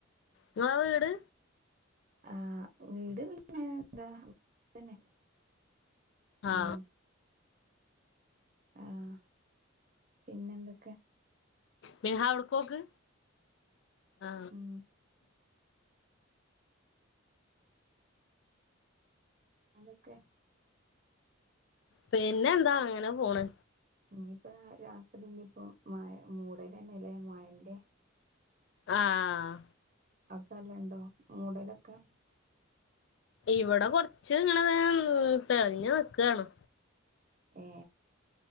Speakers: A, on the left; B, on the right.
A: ഇങ്ങളെ വീട്
B: ആഹ വീട് പിന്നെ എന്താ ഇവിടെ തന്നെ
A: ആ
B: ഉം ആഹ പിന്നെ എന്തൊക്കെ
A: നിഹാ അവിടുക്കോക്ക് ആ
B: ഉം അതൊക്കെ
A: പിന്നെ എന്താ അങ്ങനെ പോണ്
B: ഇനിയിപ്പോൊ രാത്രി ഇനിയിപ്പ മയ മൂടലന്നെ ല്ലേ മയന്റെ
A: ആഹ്.
B: അടുക്കല്ലണ്ടോ മൂടലൊക്കെ.
A: ഇവിടെ കൊറച്ച് ഇങ്ങനെ തെളിഞ്ഞ നിക്കാണ്.
B: ഏ.